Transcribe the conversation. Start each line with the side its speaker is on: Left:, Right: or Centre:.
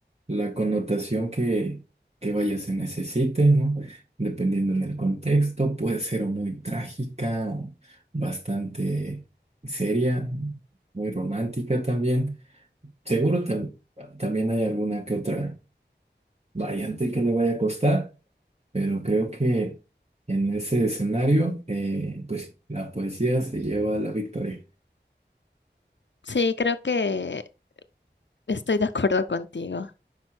Right: la connotación que, que vaya se necesite, ¿no? Dependiendo del contexto, puede ser o muy trágica o bastante seria, muy romántica también. Seguro tam- también hay alguna que otra variante que le vaya a costar. Pero creo que en ese escenario, eh, pues la poesía se lleva la victoria.
Left: Sí, creo que estoy de acuerdo contigo.